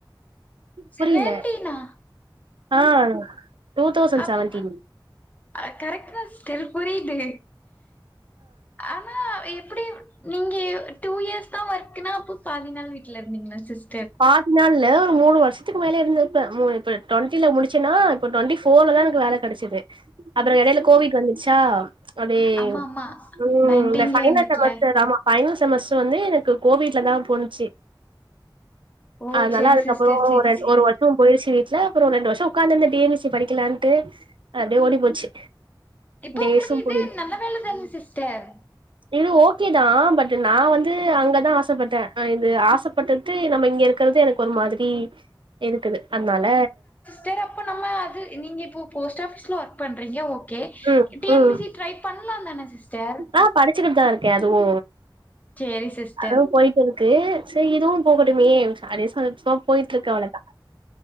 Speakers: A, on the left; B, on the right.
A: செவன்டீனா
B: புரில ஆ டூ தௌசண்ட்
A: அப்ப
B: செவன்டீன்
A: அ கரெக்ட்தா சிஸ்டர் புரியுது ஆ எப்டி நீங்க டூ இயர்ஸ் தா ஒர்க்னா அப்போ பாதினால் வீட்டுல இருந்தீங்களா சிஸ்
B: பாத் தி நாள்ள ஒரு மூணு வருஷத்துக்கு மேலே இருந்துருப்பே மு இப்ப டுவெண்டில முடிச்சேன்னா இப்போ டுவெண்டி ஃபோர்ல தா எனக்கு வேல கெடைச்சது அப்றோ எடையில கோவிட் வந்துடுச்சா அடியே
A: ஆமா ஆமா
B: ம்
A: நைன்டீன்லயே
B: இந்த ஃபைனல்
A: வந்துட்டுல
B: செமஸ்டர் ஆமா ஃபைனல் செமஸ்டர் வந்து எனக்கு கோவிட்ல தா போணுச்சு
A: ஓ
B: அதனால
A: செரி
B: அதுக்கப்பறோ
A: சிஸ்டர் செரி
B: ரெண்
A: செரி
B: ஒரு வர்ஷ போய்டுச்சு வீட்டுல அப்பறோ ஒரு ரெண்டு வர்ஷோ உக்காந்திருந்த டி என் பி சி படிக்கலான்ட்டு அப்டிய ஓடி போச்சு
A: இப்போ
B: டேஸு
A: உங்களுக்கு இதே
B: போய்
A: நல்ல வேல தானே சிஸ்டர்
B: இது ஓகே தா பட் நா வந்து அங்கதா ஆசப்பட்டே ம் இது ஆசப்பட்ட டு நம்ப இங்க இருக்கறது எனக்கு ஒரு மாதிரி இருக்குது அத்னால
A: தேரு அப்போ நம்ம அது நீங்க இப்போ போஸ்ட் ஆபீஸ்ல ஒர்க் பண்றீங்க ஓக் கே
B: ம்
A: டி
B: ம்
A: என் பி சி ட்ரை பண்லதான சிஸ்டர்
B: ஆ படிச்சுக்கிட்டு தா இருக்கே அதுவு
A: சேரி சிஸ்டர்
B: அதுவு போய்ட் டு இருக்கு செரி இதுவு போகட்டுமே அதே <unintelligible> தா போய்ட்டு இருக்கு அவ்ளோதா